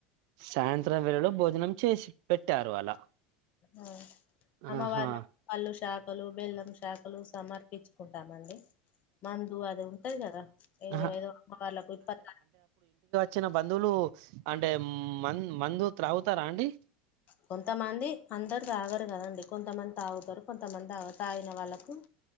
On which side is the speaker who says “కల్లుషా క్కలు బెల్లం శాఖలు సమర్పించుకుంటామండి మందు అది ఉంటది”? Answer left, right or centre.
Left